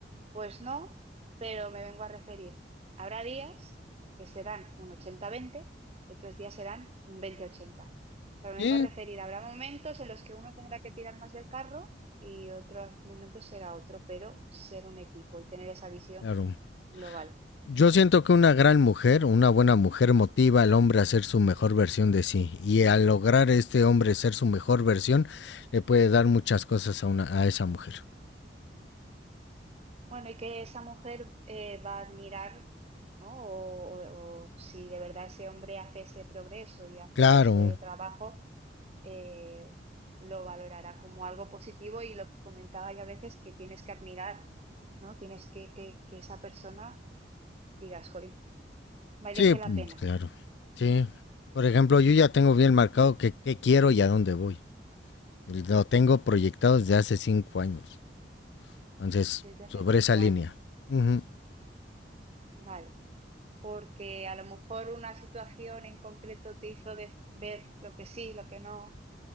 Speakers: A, on the right; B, on the left.
A: pues no, pero me vengo a referir. Habrá días que serán un ochenta veinte, y otros días serán un veinte ochenta. Pero me
B: Sí,
A: vengo a referir, habrá momentos en los que uno tendrá que tirar más del carro y otros momentos será otro, pero ser un equipo y tener esa visión
B: Claro.
A: global.
B: Yo siento que una gran mujer, una buena mujer motiva al hombre a ser su mejor versión de sí y al lograr este hombre ser su mejor versión le puede dar muchas cosas a una a esa mujer.
A: Bueno, y que esa mujer eh, va a admirar, ¿no? O, o- o si de verdad ese hombre hace ese progreso y hace
B: Claro,
A: ese trabajo eh, lo valorará como algo positivo y lo que comentaba ya a veces que tienes que admirar, ¿no? Tienes que, que, que esa persona digas, jolín, merece
B: sí,
A: la
B: mm,
A: pena,
B: claro, sí. Por ejemplo, yo ya tengo bien marcado qué qué quiero y a dónde voy. Lo tengo proyectado desde hace cinco años. Entonces,
A: desde hace
B: sobre
A: cinco
B: esa línea.
A: años,
B: Ujú,
A: vale, porque a lo mejor una situación en concreto te hizo de- ver lo que sí, lo que no